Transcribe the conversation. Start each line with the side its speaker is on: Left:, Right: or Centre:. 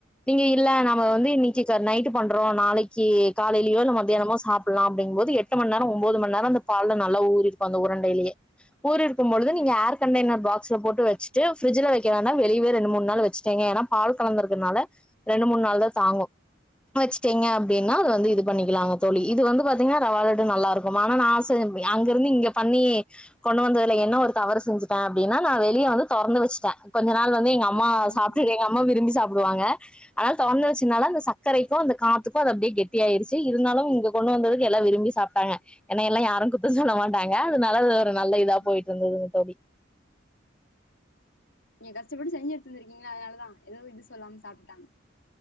Centre: நீங்க இல்ல
Left: ம்
Centre: நம்ம வந்து நீச்சக்கா நை ட்டு பண்றோம் நாளைக் கி காலையிலயோ இல்ல மதியானமோ சாப் பிடலாம் அப்படிங்கபோது எட்டு எட்டு மணி நேரம் ஒன்பது மணி நேரம்ந்த பால்ல நல்ல ஊரிற்கும் இருக்கும் அந்த உரண்டையிலயே ஊரிற்கும்பொழுது
Left: ம்
Centre: நீங்க ஏர் கண்டெனர் பாக்ஸ் போட்டு வச்சுட்டு ஃபிரிட்ஜ்ல வைக்க வோ வெளியே ரெண்டு மூணு நாள் வச்சுட்டங்க ஏன்னா பால் கலந்தக்கனால ரெண்டு மூணு நாள் தான் தாங்கும் வச்சுட்டேங்க அப்படின்னா அது வந்து இது பண்ணிக்கலாங்க தோழி இது வந்து பாத்தீங்கா ரவாலட் லட்டு நல்லா இருக்கும் ஆனா நா செஞ் அங்கிருந்து இங்க பண்ணி கொண்டு வந்ததுல என்ன ஒரு தவறு செஞ்சேன் அப்படின்னா நான் வெளியே வந்து தொறந்து வச்சுட்டேன் கொஞ்ச நாள் வந்து எங்கம்மா
Left: ம்
Centre: சாப்ட்டு எங்க அம்மா விரும்பி சாப் புடுவாங்க அது தொரந்து
Left: ம்
Centre: வச்சனால அந்த சக்கரை த்து அந்த காத்துக்கும் அது அப்டியே கெட்டி ஆயிருச்சு இருந்தாலும் இங்க கொண்டு வந்தது எல்லா விரும்பி சாப்ட் டாங்க என்ன எல்லா யாரும் குத்த சொல்ல மாட்டாங்க அதனால ஒரு நல்ல இதா
Left: ம்
Centre: போயிட்டு இருந்ததுங்க தோழி
Left: நீங்க கஷ்டப்பட்டு செஞ்ச எடுத்துட்டுவந்திருக்கீங்கள அதனாலதான் ஏதோ இது சொல்லாம சாப்பிட்டாங்க